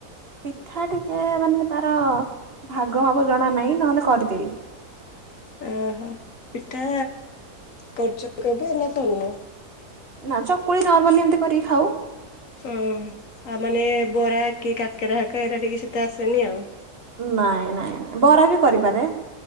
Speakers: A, on the right (about 40°); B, on the left (about 60°).
A: ପିଠା ଟିକେ ମାନେ ତାର ଭାଗ ମାପ ଜଣା ନାହିଁ ନହେଲେ କରିଦେବି।
B: ଓହୋ ପିଠା କରୁଛ କେବେ ନା କରୁନ।
A: ନା ଚକୁଳି ନର୍ମାଲି ଏମିତି କରିକି ଖାଉ।
B: ଉୁଁ ଆଉ ମାନେ ବରା କି କାକେରା ହେରିକା ଏରା ଟିକିଏ ସେତେ ଆସେନି ଆଉ
A: ନାଇଁ ନାଇଁ ନାଇଁ ବରାବି କରିପାରେ।